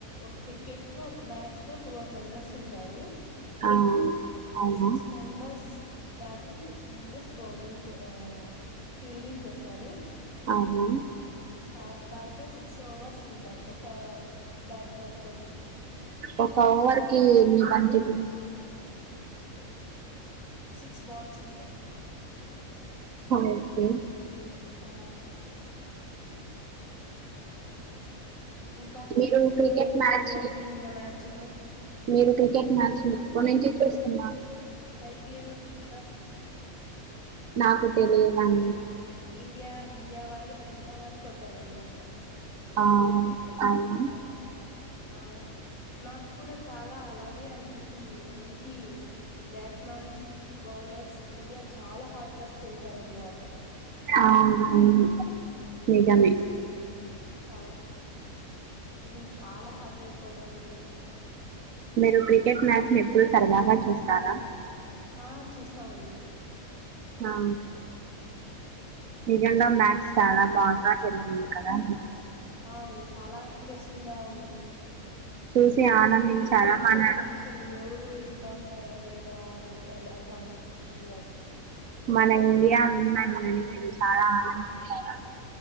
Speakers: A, on the left; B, on the right.
A: ఒక కిర్కెట్ లో ఒక మ్యాచ్ లో టువెల్వ్ మెంబర్స్ ఉంటారు
B: ఆ అవునా
A: six members batting six members bowling చే ఆ ఫీల్డింగ్ చేస్తారు
B: అవునా
A: ఆ దాంట్లో సిక్స్ ఓవర్స్ ఉంటాయి ఒక బ్యాట్మన్ కొ
B: ఒక ఓవర్ కి ఎన్ని బంతులు
A: సిక్స్ బాల్స్ ఉంటయ్
B: హ ఓకే
A: ఆ ఇంకా
B: మీరు
A: ఇంకా
B: క్రికెట్
A: ఏం
B: మ్యాచ్
A: జరుగైంది
B: ని
A: నిన్న మ్యాచ్ లో
B: మీరు క్రికెట్ మ్యాచ్ ని ఎప్పనుంచి చూస్తున్నా
A: ఐ పి ఎల్ క
B: నాకు తెలియదం
A: ఇండియా ఇండియా వాళ్ళు ఇండియా వాళ్ళు కొట్టారనమాట
B: ఆ అవునా
A: ఓచ్ ఆ నాకు కూడా చాలా అలాగే అనిపిచ్చింది మంచి బ్యాట్ మ్యాన్స్ బౌలర్స్, ఇండియా చాలా హార్డ్ వర్క్ చేశారనమాట
B: అవునవును నిజమే
A: అవ్ మేము చాలా హ్యాపీ పడాము
B: మీరు క్రికెట్ మ్యాచ్ ని ఎప్పుడు సరదాగా చూస్తారా
A: ఆ చూస్తామండి
B: ఆ నిజంగా మ్యాచ్ చాలా బాగా జరిగింది కదా
A: ఆ ఇ చాలా ఇంట్రెస్టింగ్గా ఉంది
B: చూసి ఆనందించారా?
A: ఫుల్ టెన్షన్
B: మన
A: టెన్షన్ ఎవరు విన్ అవుతారా లే దా అని అట్లా అనిపిచ్చింది నాకి
B: మన ఇండియా విన్నైందని మీరు చాలా ఆనందించారా